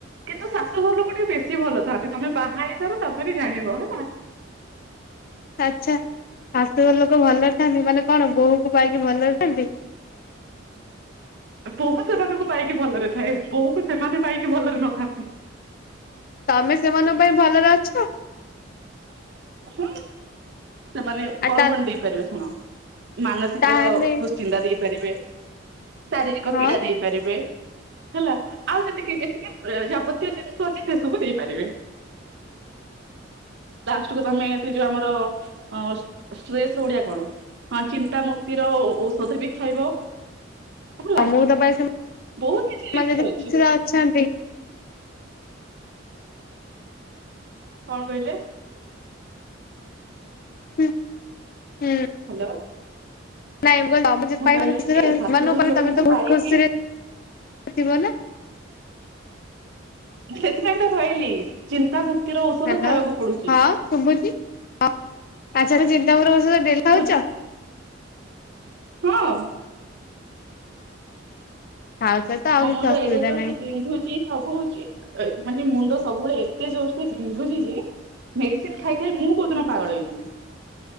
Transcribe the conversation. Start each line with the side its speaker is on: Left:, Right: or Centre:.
Right: କିନ୍ତୁ ଶାଶୁଘର ଲୋକ ଟିକେ ବେଶୀ ଭଲ ଥାଆନ୍ତି। ତମେ ବାହାହେଇ ସାର ତା ପରେ ଜାଣିବ ହେଲା।
Left: ଆଚ୍ଛା ଶାଶୁଘର ଲୋକ ଭଲରେ ଥାଆନ୍ତି। ମାନେ କଣ ବୋହୂକୁ ପାଇକି ଭଲରେ ଥାଆନ୍ତି?
Right: ବୋହୂ ସେମାନଙ୍କୁ ପାଇକି ଭଲରେ ଥାଏ। ବୋହୂକୁ ସେମାନେ ପାଇକି ଭଲରେ ନଥାନ୍ତି।
Left: ତମେ ସେମାନଙ୍କ ପାଇଁ ଭଲରେ ଅଛ?
Right: ହୁଁ ସେମାନେ
Left: ଆଉ
Right: କଣ
Left: ତା
Right: କଣ ଦେଇପାରିବେ ଶୁଣ ମାନସିକ
Left: ତାହେଲେ
Right: ଦୁଶ୍ ଚିନ୍ତା ଦେଇପାରିବେ, ଶାରୀରିକ
Left: ହଁ।
Right: ପୀଡା ଦେଇପାରିବେ ହେଲା ଆଉ ଯେତିକି ଯେତିକି ଏ ଯାବତୀୟ ଜିନିଷ ଅଛି ସେ ସବୁ ଦେଇପାରିବେ। <unintelligible> ତମେ ସେଇ ଯୋଉ ଆମର ଅଁ ଷ୍ଟ୍ ଷ୍ଟ୍ରେସର ଓଡିଆ କଣ? ହଁ ଚିନ୍ତା ମୁକ୍ତିର ଓ-ଓ-ଔଷଧ ବି। ଖାଇବ ହେଲା।
Left: ତମକୁ ତ ପାଇ
Right: ବହୁତ କିଛି
Left: ସେମାନେ
Right: ଜିନିଷ
Left: ଯଦି
Right: ଅଛି।
Left: <unintelligible>
Right: କଣ କହିଲେ?
Left: ହୁଁ ହୁଁ।
Right: ହ୍ୟାଲୋ।
Left: ନାଇଁ <inaudible>
Right: ମୁଁ କହିଲି ଯେ ଶାଶୁଘର ଲୋକଙ୍କୁ
Left: ବହୁତ
Right: ପାଇକି
Left: ଖୁସିରେ ଥିବନା।
Right: ସେଥିପାଇଁ ତ କହିଲି ଚିନ୍ତା ମୁକ୍ତିର ଔଷଧ
Left: ହ୍ୟାଲୋ
Right: ଖାଇବାକୁ ପଡୁଛି
Left: ହଁ ଶୁଭୁଛି ହଁ <inaudible> ଚିନ୍ତା କର ସତ ଡେଲ ହଉଛ।
Right: ବୁଝି ହଁ।
Left: <inaudible>
Right: ମୋ ମୁଣ୍ଡ
Left: ଅସୁବିଧା
Right: ଏଡେ ଜୋର
Left: ନାହିଁ।
Right: ସେ ବିନ୍ଧୁଛି। ସବୁହଉଛି ମାନେ ମୁଣ୍ଡ ସବୁବେଳେ ଏତେ ଜୋର ସେ ବିନ୍ଧୁଛି ଯେ। ମେଡିସିନ ଖାଇ ଖାଇ ମୁଁ କୋଉଦିନ ପାଗଳ ହେଇଯିବି।